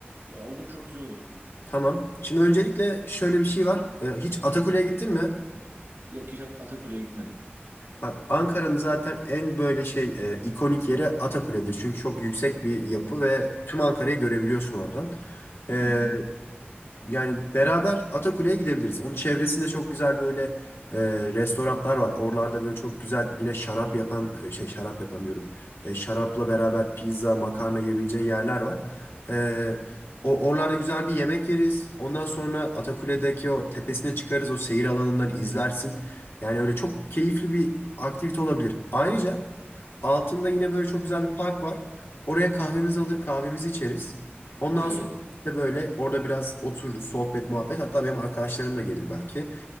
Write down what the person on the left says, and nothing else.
Tamam. Şimdi öncelikle şöyle bir şey var. Ee, hiç Atakule'ye gittin mi?
Bak Ankara'nın zaten en böyle şey e, ikonik yeri Atakule'dir. Çünkü çok yüksek bir yapı ve tüm Ankara'yı görebiliyorsun oradan. Ee,
Yani beraber Atakule'ye gidebiliriz. Onun çevresinde çok güzel böyle e, restoranlar var. Oralarda böyle çok güzel yine şarap yapan e, şey şarap yapan diyorum. E, şarapla beraber pizza, makarna yiyebileceğin yerler var. E, o oralarda güzel bir yemek yeriz. Ondan sonra Atakule'deki o tepesine çıkarız. O seyir alanından izlersin. Yani öyle çok keyifli bir aktivite olabilir. Ayrıca altında yine böyle çok güzel bir park var. Oraya kahvemizi alır, kahvemizi içeriz. Ondan
sonra de böyle orada biraz otururuz, sohbet, muhabbet. Hatta benim arkadaşlarım da gelir belki.